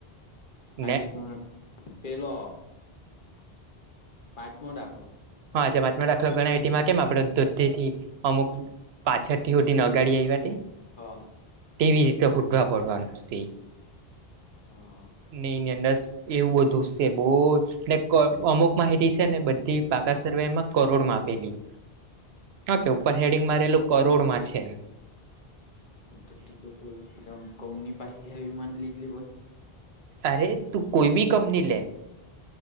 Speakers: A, on the left (about 55°); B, on the right (about 80°).
A: આજે
B: ને
A: પેલો પાત્મઢાખલો
B: હા, રાખલો ઘણા એટીમાં કેમ આપડે દૂધ થી અમુક પાછોટી હઠી નગાડી એઈવા તે
A: હા
B: ટીવી રતે શુદધવા પાર્ડવાનું ખુશ-
A: હમ્મ
B: નહી અંદસ એવું બધું છે બહુ ને અમુક માહિતી છેને, બધી પાકા સર્વેમાં કરોડ માપેલી હ કે ઉપર હેડિંગ મારેલું કરોડમાં છેમ.
A: તો ટમ કમની પાય હ લીધી બહી
B: અરે તું કોઈ બી કંપની લે